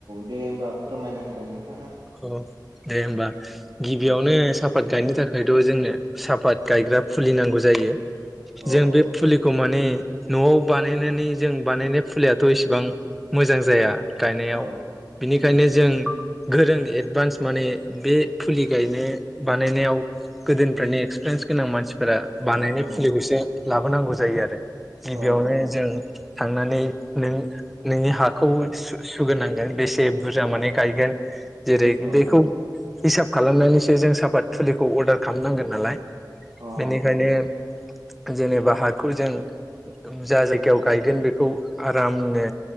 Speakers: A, on the right; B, in the centre.
A: दे होमबा फोरमायना होलाय नोंथां
B: औ दे होमबा गिबियावनो
A: औ
B: साफ सापात गायनो थाखायथ' जोंनो सापात गायग्रा फुलि नांगौ जायो
A: औ
B: जों बे फुलि खौ माने न'आव बानायनानै जों बानायनाय फुलिायथ' इसेबां मोजां जाया गायनायाव
A: औ
B: बिनिखायनो जों गोरों एडभान्स माने बे फुलि गायनो बानायनायाव । गोदोनिफ्रायनि एक्सपिरियेन्स गोनां मानसिफोरा बानायनाय
A: औ
B: फुलिखौसो लाबोनांगौ जायो आरो गिबियावनो
A: औ
B: जों थांनानै नों नोंनि हाखौ सु-सुग्रोनांगोन बेसे बुरजा माने गायगोन । जेरै
A: औ
B: बेखौ हिसाब खालामनानैसो जों साफात फुलिखौ अर्डार खालामनांगोन नालाय ।
A: अ
B: बेनिखायनो जेनेबा हाखौ जों जा जायगायाव गायगोन बेखौ आरामनो